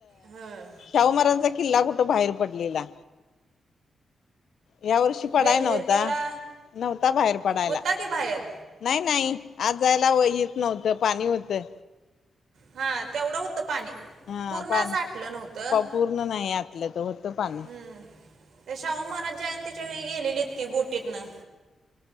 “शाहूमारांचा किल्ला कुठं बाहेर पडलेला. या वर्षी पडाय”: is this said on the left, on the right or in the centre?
Left